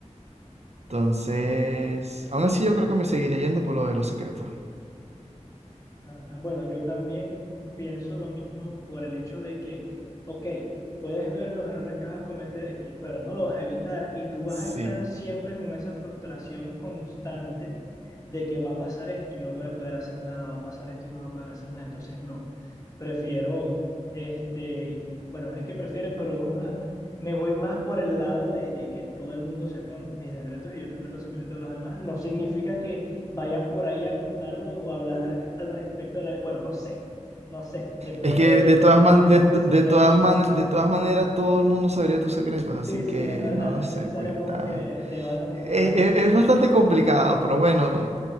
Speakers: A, on the right (about 60°); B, on the left (about 30°).
A: Entonces, aún así yo creo que me seguiría yendo por lo de los secretos.
B: Ajá, Bueno, yo también pienso lo mismo por el hecho de que, ok, puedes ver los errores que vas a cometer, y, pero no los vas a evitar y tú vas
A: Sí.
B: a estar siempre con esa frustración constante de que va a pasar esto y no voy a poder hacer nada, va a pasar esto y no voy a poder hacer nada. Entonces, no, prefiero, este, bueno, no es que prefiere, pero <laughs> me voy más por el lado de, de que todo el mundo sepa mis secretos y yo también los secretos de los demás. No significa que vayan por ahí a contarlo o hablar al respecto de la... Bueno, no sé, no sé, depende
A: Es que
B: de,
A: de
B: de
A: todas
B: la
A: man-
B: gente
A: de,
B: con
A: t-
B: que socialice.
A: de todas man- de todas maneras todo el mundo sabría tus secretos, así
B: Sí, sí,
A: que
B: es verdad,
A: no lo
B: no
A: sé,
B: es necesario
A: pues está...
B: como que debatan
A: Es,
B: como tal.
A: es- es bastante complicado, pero bueno,